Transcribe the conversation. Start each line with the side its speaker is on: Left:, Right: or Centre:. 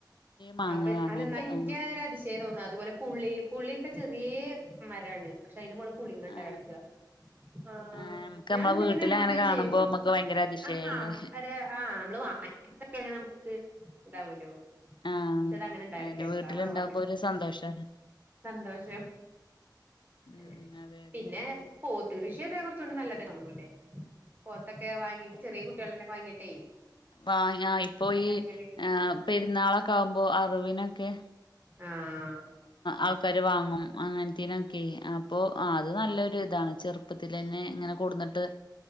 Left: മാങ്ങ
Right: അപ്പൊ
Left: കാണണ്ട്
Right: അല്ലന്നാലുൻക്ക്യത്
Left: ആ
Right: ഒരു അതിശ് ശയം തോന്നാ. അതുപോലെ പുളി പുളിയൊക്കെ ചെറ്യേ മരാണ് പക്ഷേ അയിന് മോള് പുളിങ്ങണ്ടായട്ക്കാ.
Left: ആ
Right: ആഹ്
Left: ആ നമുക്ക്
Right: ഞാൻ
Left: നമ്മളെ
Right: എന്നിട്ട്
Left: വീട്ടിൽ
Right: ഉമ്മോട്
Left: അങ്ങനെ
Right: ചോയിച്ചേ
Left: കാണുമ്പോ
Right: ഇതെന്ത
Left: നമ്മുക്ക് ഭയങ്കര അതിശയല്ലേ
Right: ആഹ് ഒരാ ആഹ് നമ്മള് <unintelligible> നമുക്ക് ഇതാവൂല്ലോ പക്ഷേ
Left: ആ
Right: അതങ്ങനെ ഇണ്ടായി
Left: അതിന്
Right: ഇടക്ക്. എന്താണാവോ
Left: വീട്ടിലുണ്ടാവുമ്പോ
Right: അങ്ങനെ.
Left: ഒരു സന്തോഷാണ്.
Right: സന്തോഷം.
Left: ഉം
Right: അങ്ങനെ.
Left: അതെ അതെ
Right: പിന്നെ പോത്ത് കൃഷിയൊക്കെ കുറച്ചൂടെ നല്ലത <unintelligible> പോത്തൊക്കെ വാങ്ങിട്ട് ചെറിയ കുട്ടിയേള്നൊക്കെ വാങ്ങിട്ടേ.
Left: വ ആ ഇപ്പോ
Right: ഇതാക്കാണെങ്കില്
Left: ഈ ആ പെരുന്നാളൊക്കെ ആകുമ്പോ അറിവിനൊക്കെ.
Right: ആഹ്
Left: ആൾക്കാര് വാങ്ങും അങ്ങനത്തേനൊക്കെ അപ്പൊ അത് നല്ലൊരു ഇതാണ് ചെറുപ്പ. ചെർപ്പത്തിലെന്നെ ഇങ്ങനെ കൊടുന്നിട്ട്